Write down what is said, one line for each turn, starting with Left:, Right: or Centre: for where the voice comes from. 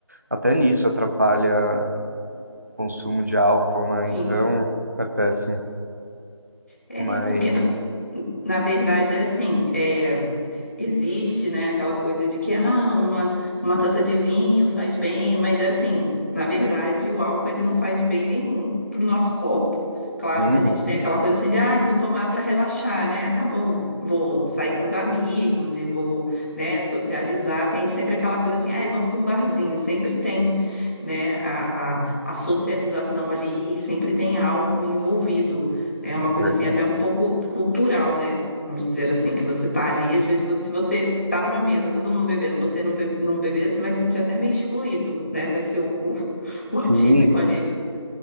Right: até nisso atrapalha o consumo de álcool, né?
Left: sim.
Right: Então é péssimo.
Left: É,
Right: Mas,
Left: porque na, na verdade é assim, é, existe, né, aquela coisa de que ah, uma, uma taça de vinho faz bem, mas é assim, na verdade, o álcool ele não faz bem nenhum para o nosso corpo. Claro
Right: uhum,
Left: que a gente tem aquela coisa assim de, ah, eu vou tomar para relaxar, né? Ah, vou, vou sair com os amigos e vou, né, socializar. Tem sempre aquela coisa assim, ah, vamos para um barzinho. Sempre tem, né, a, a, a socialização ali e sempre tem álcool envolvido. É uma
Right: verdade.
Left: coisa assim até um pouco cultural, né? Vamos dizer assim, que você tá ali, às vezes, você- se você tá numa mesa, tá todo mundo bebendo, você não, be não beber, você vai se sentir até meio excluído, né? Vai ser o, o, <laughs> o
Right: sim,
Left: atípico ali.